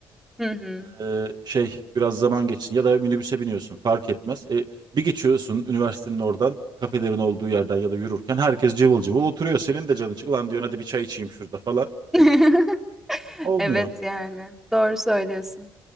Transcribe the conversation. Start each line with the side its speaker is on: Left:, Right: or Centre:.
Centre: <laughs> Hı hı.
Right: Ee, şey biraz zaman geçsin ya da minibüse biniyorsun fark etmez. E, bir geçiyorsun üniversitenin oradan kafelerin olduğu yerden ya da yürürken herkes cıvıl cıvıl oturuyor. Senin de canın çık ulan diyorsun hadi bir çay içeyim şurada falan.
Centre: <laughs>
Right: Olmuyor.
Centre: Evet yani. Doğru söylüyorsun.